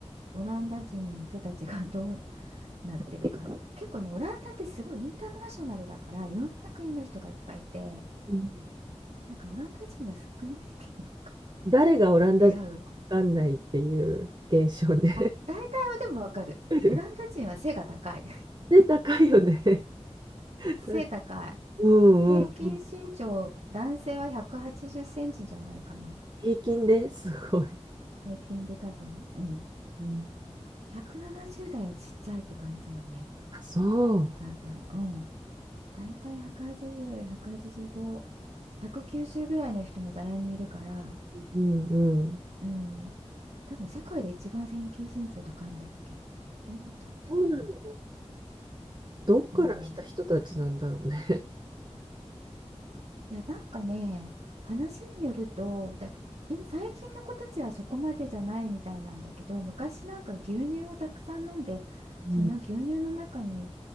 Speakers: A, on the right; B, on the right.
A: オランダ人の人たちが <laughs> どうなってるか。
B: やってるか。
A: 結構ね、オランダってすごいインターナショナルだから、いろんな国の人がいっぱいいて、
B: うん。
A: なんかオランダ人が少ないっていうか、
B: 誰がオランダ人かわかんないっていう現象ね。
A: 出会う。あ、大体はでもわかる。
B: <laughs>
A: オランダ人は背が高い。
B: で、高いよね。
A: <laughs>
B: <laughs>
A: 背高い。
B: うんうん。
A: 平均身長、男性は180センチじゃないかな。
B: 平均ですごい。
A: 平均で多分、うん。
B: うん
A: 170代はちっちゃいって感じだよね。
B: そう。
A: 多分。うん。だいたい180、185、190ぐらいの人もざらにいるから、
B: うんうん。
A: うん。多分世界で一番平均身長高いんだっけどうだったかな
B: そうなの。どっから来た人たちなんだろうね。
A: うん。いや、なんかね、話によると、だか今最近の子たちはそこまでじゃないみたいなんだけど、昔なんか牛乳をたくさん飲んで、その牛乳の中に
B: うん。